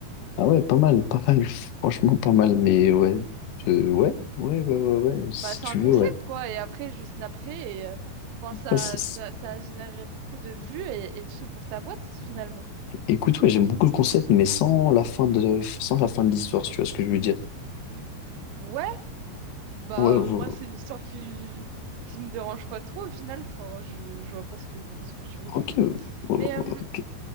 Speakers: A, on the left (about 75°); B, on the right (about 75°).
A: Ah ouais, pas mal, pas mal, <laughs> franchement pas mal, mais ouais, Euh, ouais, ouais, ouais, ouais, ouais, si
B: Bah, c'est
A: tu
B: un concept,
A: veux, ouais.
B: quoi. Et après, juste après, et, euh, enfin, ça,
A: Ouais, c'est- c'est-
B: ça, ça a généré beaucoup de vues et, et de sous pour ta boîte, finalement.
A: Écoute, ouais, j'aime beaucoup le concept, mais sans la fin de, sans la fin de l'histoire, si tu vois ce que je veux
B: Mhm.
A: dire.
B: Ouais, bah,
A: Ouais, ouais,
B: euh, moi, c'est une histoire qui, qui me dérange pas trop, au final. Enfin, je, je vois pas ce que, ce que tu veux dire.
A: ok, ouais,
B: Mais
A: ouais, ok,
B: euh,